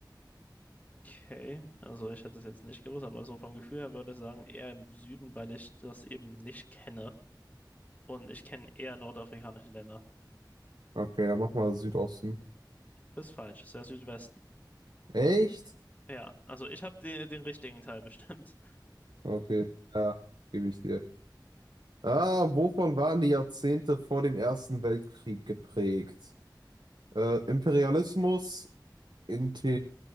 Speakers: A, on the left (about 20°); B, on the right (about 80°).
A: Okay, also ich hätte es jetzt nicht gewusst, aber so vom Gefühl her würde ich sagen, eher im Süden, weil ich das eben nicht kenne. Und ich kenne eher nordafrikanische Länder.
B: Okay, dann mach mal Südosten.
A: Das ist falsch, ist der Südwesten.
B: Echt?
A: Ja, also ich habe den, den richtigen Teil bestimmt.
B: Okay, ja, gebe ich dir. Ah, wovon waren die Jahrzehnte vor dem Ersten Weltkrieg geprägt? Äh, Imperialismus, Inte